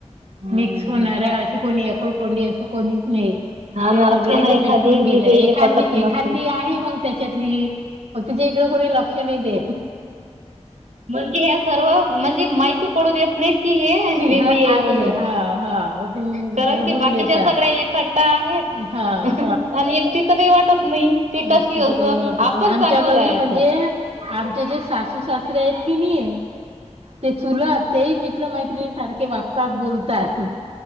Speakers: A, on the right; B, on the right.
A: हम्म
B: मिक्स
A: हम्म.
B: होणार आहे अशी कोणी एकोल कोंडी असं कोणीच नाही.
A: हा ना
B: सगळेले
A: असते ना एखादी
B: भेटून
A: कि
B: गेल्या
A: ते इले
B: एखादी
A: पटत
B: एखादी
A: नसते
B: आहे मग त्याच्यातली. मग तिच्या इकडं कोणी लक्ष नाही देत.
A: म्हणजे ह सर्व म्हणजे माहिती कळू देत नाही की हे वेगळी
B: हा
A: हाय
B: आहे.
A: म्हणून
B: हां, हां. मग ते
A: कारण
B: निभून
A: की बाकीच्या
B: घेता.
A: सगळ्या एखा का आहेत
B: हां,
A: आणि एकटीच काही वाटत नाही. ती
B: व्यक्तीच
A: कशी असं
B: काही वाटत
A: आपण
B: नाही आमच्या
A: चांगलं
B: घरी
A: राहायचं.
B: म्हणजे आमच्या इथे सासू सासरे आहेत कणी तेचे तुला तेही मित्र मैत्रिणी सारखे वागतात, बोलतात.